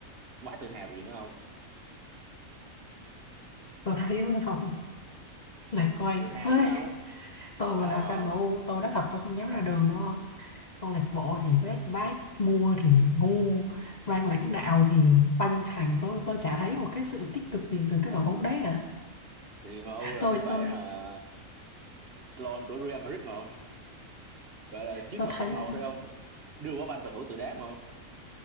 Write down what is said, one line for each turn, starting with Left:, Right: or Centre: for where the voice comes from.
Right: quá tự hào rồi gì nữa không
Left: tôi thấy mấy ông lạc quan
Right: tự hào
Left: quá
Right: chứ không
Left: tôi
Right: còn
Left: mà là fan em u
Right: um,
Left: tôi nói thật tôi không dám ra đường đâu không câu lạc bộ thì vết bát mua thì ngu ban lãnh đạo thì banh thành tôi tôi chả thấy một cái sự tích cực gì từ cái đội bóng đấy à
Right: thì em U là
Left: tôi
Right: phiên bản
Left: tôi
Right: là clone của Real Madrid mà không gọi là chiến
Left: tôi
Right: thuật
Left: thấy
Right: làm màu
Left: à,
Right: thôi không đưa quả banh cầu thủ từ đá mà không